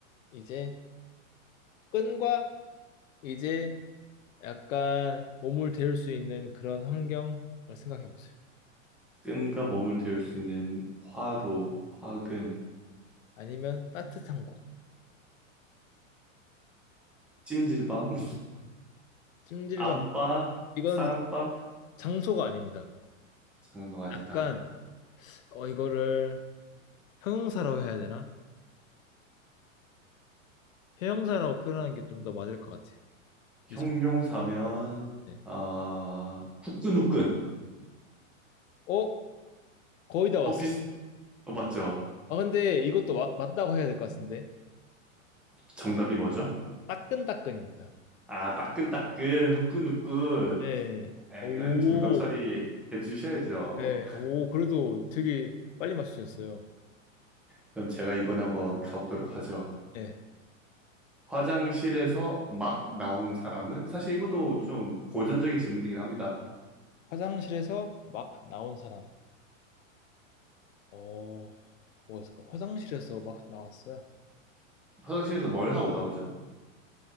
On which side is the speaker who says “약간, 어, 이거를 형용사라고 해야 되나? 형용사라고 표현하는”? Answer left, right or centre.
Left